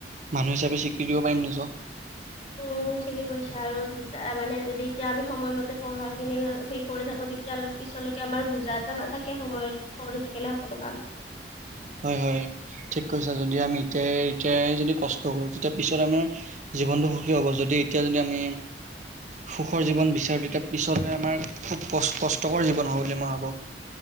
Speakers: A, on the right; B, on the left.
A: মানুহ হিচাপ স্বীকৃতি দিব পাৰিম নিজক।
B: উম ঠিকেই কৈছা, আৰু যেতিয়া মানে যদি এতিয়া আমি সময়মতে পঢ়াখিনি হে কৰি থাকো তেতিয় পিছলৈকে আমাৰ বোজা এটা নাথাকে সময়ত কৰি থাকিলে সকলো কাম।
A: হয় হয় ঠিক কৈছা। যদি আমি এতিয়া এতিয়াই যদি কষ্ট কৰো তেতিয়া পিছত আমাৰ জীৱনটো সুখী হ'ব। যদি এতিয়া যদি আমি সুখৰ জীৱন বিচাৰোঁ, তেতিয়া পিছলৈ আমাৰ খুব ক কষ্টকৰ জীৱন হ'ব বুলি মই ভাবোঁ।